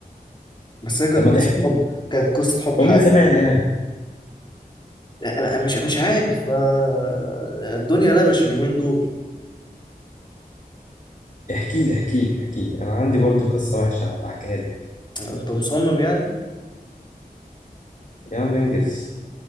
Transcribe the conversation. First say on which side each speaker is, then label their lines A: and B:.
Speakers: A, on the left; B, on the left.
A: بس هي كانت
B: طب
A: قصة
B: ما تحكي
A: حب كانت قصة حب
B: ومين
A: حقيقية
B: سمعنا يعني
A: أنا أنا مش مش عارف آه، الدنيا لبش اليومين دول
B: احكي لي احكي لي احكي لي انا عندي برضو قصة وحشة هبقى احكيها لك
A: أنت مصمم يعني
B: يا عم انجز